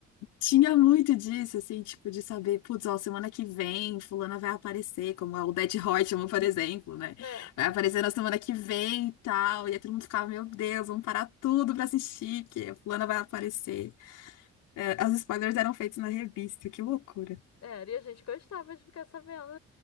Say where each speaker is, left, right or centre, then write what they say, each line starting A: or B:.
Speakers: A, on the left; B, on the left.
A: Tinha muito disso, assim, tipo, de saber, putz, ó, semana que vem, fulana vai aparecer, como a Odete Roitman, por exemplo, né?
B: É,
A: Vai aparecer na semana que vem e tal. E aí todo mundo ficava, meu Deus, vamos parar tudo pra assistir, que a fulana vai aparecer. É, as spoilers eram feitos na revista, que loucura.
B: é, e a gente gostava de ficar sabendo